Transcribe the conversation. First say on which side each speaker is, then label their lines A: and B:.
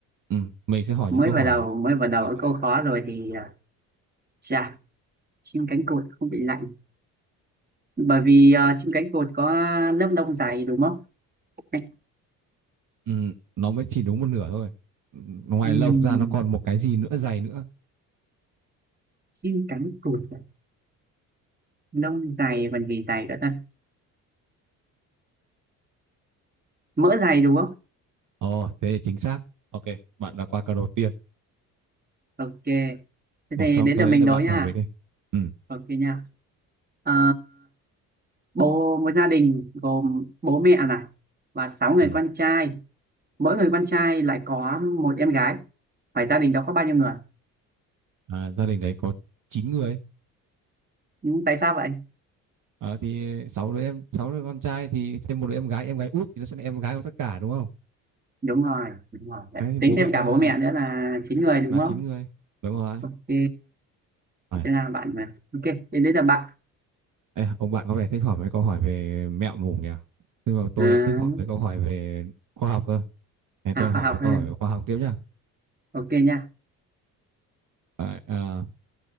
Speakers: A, on the right; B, on the right.
A: Ừm, mình sẽ hỏi
B: Mới
A: những câu
B: vào
A: hỏi
B: đầu,
A: nó liên
B: mới
A: quan
B: vào
A: đến
B: đầu
A: khoa học
B: ở câu
A: đấy.
B: khó rồi thì à, chà, chim cánh cụt không bị lạnh. Bởi vì à, chim cánh cụt có lớp lông dày đúng không? Cánh-
A: Ừm, nó mới chỉ đúng một nửa thôi. Ừm, ngoài
B: ừm,
A: lông ra nó còn một cái gì nữa dày nữa
B: chim cánh cụt, à? lông dày còn gì dày nữa ta? Mỡ dày đúng không?
A: Ồ, thế thì chính xác. Ok, bạn đã qua câu đầu tiên.
B: Ok, thế
A: Một
B: thì
A: không,
B: đến
A: tôi
B: là mình
A: đến được
B: đố
A: bạn
B: nha.
A: hỏi mình đi. Ừ,
B: Ok nha. Ờ, bố một gia đình gồm bố mẹ này và sáu người
A: ừ.
B: con trai mỗi người con trai lại có một em gái phải gia đình đó có bao nhiêu người
A: À, gia đình đấy có 9 người.
B: ừ, tại sao vậy
A: Ờ, thì sáu đứa em, sáu đứa con trai thì thêm một đứa em gái, em gái út thì nó sẽ là em gái của tất cả đúng không?
B: đúng rồi đúng rồi Đấy,
A: Đấy, thì
B: tính
A: bố mẹ
B: thêm cả
A: nữa
B: bố
A: là
B: mẹ nữa là chín người đúng
A: là
B: không
A: 9 người. Đúng rồi.
B: ok
A: À,
B: thế là bạn mà ok thế đấy là bạn
A: ê, ông bạn có vẻ thích hỏi mấy câu hỏi về mẹo mủ nhỉ? Nhưng mà tôi
B: à,
A: lại thích hỏi mấy câu hỏi về khoa học cơ. Thế tôi
B: à
A: hỏi
B: khoa học
A: mấy câu
B: hơn
A: hỏi về khoa học tiếp nhá.
B: ok nha
A: À, à,